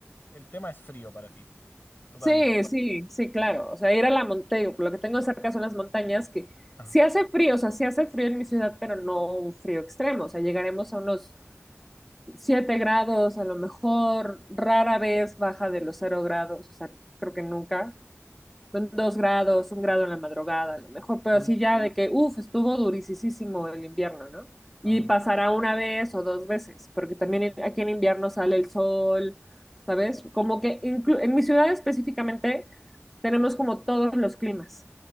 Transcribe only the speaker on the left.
el tema es frío para ti, totalmente.
Ajá.
Uy.
Ajá.